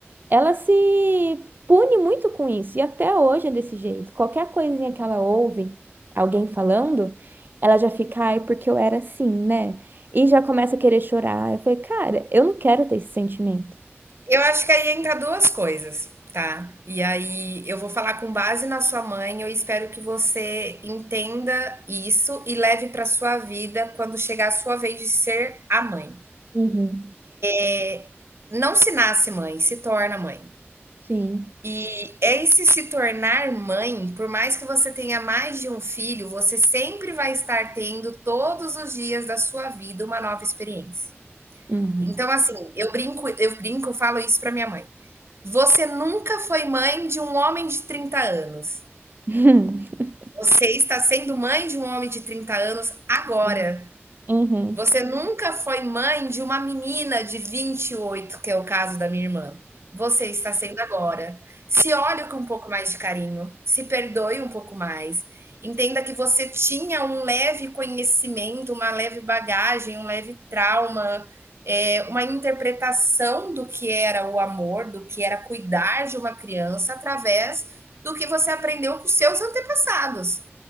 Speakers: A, on the right; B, on the right.
A: ela se pune muito com isso, e até hoje é desse jeito. Qualquer coisinha que ela ouve alguém falando, ela já fica, ai, porque eu era assim, né? E já começa a querer chorar. Eu falei, cara, eu não quero ter esse sentimento.
B: Eu acho que aí entra duas coisas, tá? E aí eu vou falar com base na sua mãe. Eu espero que você entenda isso e leve para sua vida quando chegar a sua vez de ser a mãe.
A: Uhum.
B: É, não se nasce mãe, se torna mãe.
A: Sim.
B: E esse se tornar mãe, por mais que você tenha mais de um filho, você sempre vai estar tendo todos os dias da sua vida uma nova experiência.
A: Uhum.
B: Então, assim, eu brinco, eu brinco, eu falo isso para minha mãe. Você nunca foi mãe de um homem de 30 anos.
A: <laughs>
B: Você está sendo mãe de um homem de 30 anos agora.
A: Uhum. Uhum.
B: Você nunca foi mãe de uma menina de 28, que é o caso da minha irmã. Você está sendo agora. Se olhe com um pouco mais de carinho, se perdoe um pouco mais. Entenda que você tinha um leve conhecimento, uma leve bagagem, um leve trauma, é, uma interpretação do que era o amor, do que era cuidar de uma criança através do que você aprendeu com seus antepassados.